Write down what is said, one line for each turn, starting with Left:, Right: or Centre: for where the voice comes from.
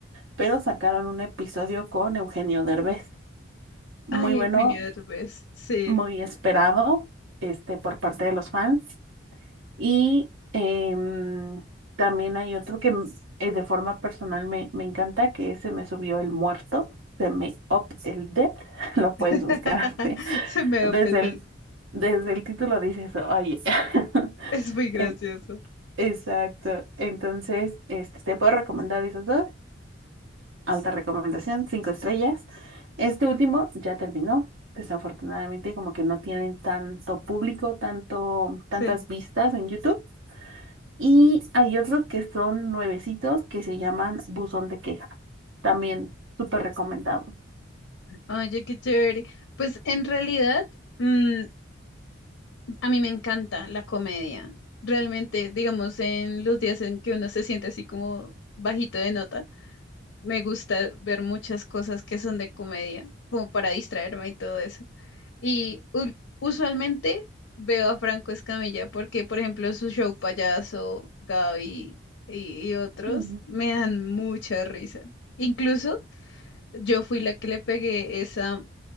Right: pero sacaron un episodio con Eugenio Derbez. Muy
Left: Ay,
Right: bueno,
Left: Eugenio Derbez. Sí.
Right: muy esperado este, por parte de los fans. Y em, también hay otro que m- eh, de forma personal me, me encanta, que es Se me subió el muerto, se me up el dead, <laughs> lo puedes
Left: <laughs>
Right: buscar así. <laughs>
Left: Se me
Right: Desde
Left: va a perder.
Right: el, desde el título dices eso, oye. <laughs>
Left: Es muy gracioso.
Right: En- Exacto. Entonces, este, te puedo recomendar esos dos. Alta recomendación, cinco estrellas. Este último ya terminó. Desafortunadamente, como que no tienen tanto público, tanto, tantas
Left: Sí.
Right: vistas en YouTube. Y hay otros que son nuevecitos que se llaman Buzón de Queja. También súper recomendado.
Left: Oye, qué chévere. Pues en realidad, mm, a mí me encanta la comedia. Realmente, digamos, en los días en que uno se siente así como bajito de nota, me gusta ver muchas cosas que son de comedia, como para distraerme y todo eso. Y ul- usualmente veo a Franco Escamilla porque, por ejemplo, su show Payaso, Gaby y, y otros
Right: Ujú.
Left: me dan mucha risa. Incluso yo fui la que le pegué esa